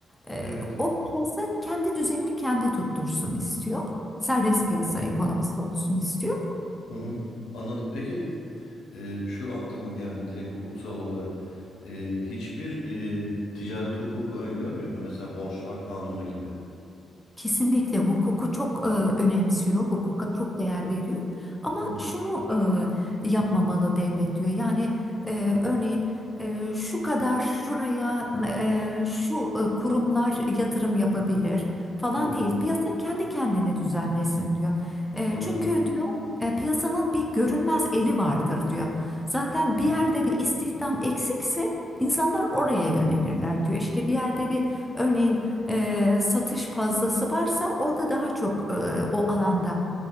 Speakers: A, in the centre; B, on the left (about 85°).
A: E,
B: Evet.
A: o piyasa kendi düzenini kendi tuttursun istiyor serbest piyasa
B: Anladım.
A: ekonomisi olsun istiyor.
B: Hı hı. Anladım. Peki Ee, şu aklıma geldi direkt hukuksal olarak. Ee, hiçbir e, ticaret hukuku öngörmüyor mu? Mesela borçlar kanunu gibi.
A: Kesinlikle hukuku çok e, önemsiyor, hukuka çok değer veriyor. Ama
B: Hı hı,
A: şunu e, yapmamalı devlet diyor. Yani e, örneğin e, şu kadar şuraya e, şu e, kurumlar yatırım yapabilir falan
B: hı hı.
A: değil. Piyasa kendi kendini düzenlesin diyor. E,
B: Anladım.
A: çünkü diyor e, piyasanın bir görünmez eli vardır diyor. Zaten
B: Hı
A: bir
B: hı,
A: yerde bir istihdam eksikse insanlar oraya yönelirler diyor. İşte bir yerde bir örneğin e, satış fazlası varsa orada daha çok e, o alanda